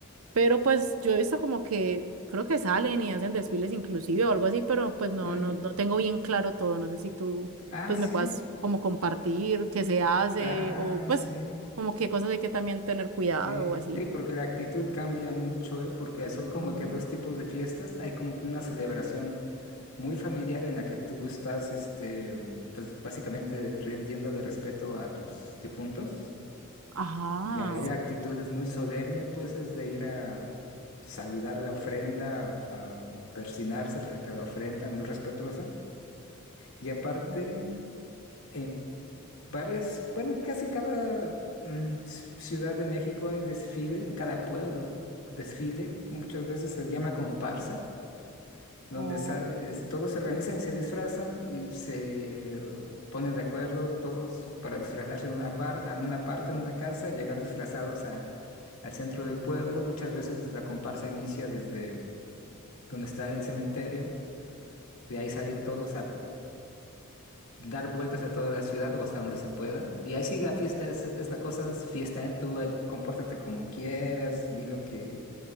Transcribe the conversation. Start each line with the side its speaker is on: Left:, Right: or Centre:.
Right: Pero pues yo he visto como que creo que salen y hacen desfiles inclusive o algo así, pero pues no,
Left: Mm.
Right: no, no tengo bien claro todo. No sé si tú
Left: Ah,
Right: pues
Left: sí,
Right: me puedas como compartir qué se hace
Left: ah,
Right: o pues
Left: sí,
Right: como qué cosas hay que también tener cuidado
Left: sí.
Right: o así.
Left: Sí, porque la actitud cambia mucho, ¿eh? Porque son como
Right: Mm.
Left: que dos tipos de fiestas. Hay como que una celebración muy familiar en la que tú estás, este, pues básicamente rindiéndole respeto a tus difuntos.
Right: Ajá.
Left: Y ahí la actitud es muy solemne, pues es de ir a saludar la ofrenda, a persinarse frente a la ofrenda, muy respetuosa. Y aparte,
Right: Mm.
Left: en varias, bueno, casi cada mm, ci- ciudad de México hay desfile, en cada pueblo, ¿no? Desfile, muchas veces se le llama comparsa donde
Right: Oh,
Left: sale-
Right: sí.
Left: es- todos se organizan y se disfrazan y se eh, ponen de acuerdo todos para disfrazarse en una par, en una parte, en una casa, llegar disfrazados a, al centro del pueblo. Muchas veces la comparsa inicia desde donde está el cementerio. De ahí salen todos a dar vueltas a toda la ciudad o hasta donde se pueda. Y ahí sí la fiesta es, es la cosa, es fiesta, ¿eh? Tú ahí compórtate como quieras, di lo que